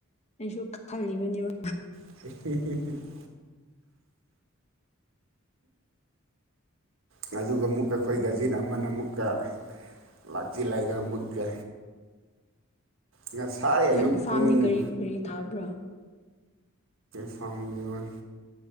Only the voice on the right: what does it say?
<unintelligible> ꯉꯥꯗꯨꯒ ꯃꯨꯛꯀ ꯑꯩꯈꯣꯏ ꯒꯖꯤꯟ ꯑꯃꯅ ꯑꯃꯨꯛꯀ ꯑ ꯂꯥꯛꯆꯤꯜꯂꯒ ꯃꯨꯛꯀ
ꯉꯁꯥꯏ ꯑꯌꯨꯛ
ꯄꯨꯡ
ꯐꯥ꯭ꯔꯝꯗꯤꯍꯣꯏ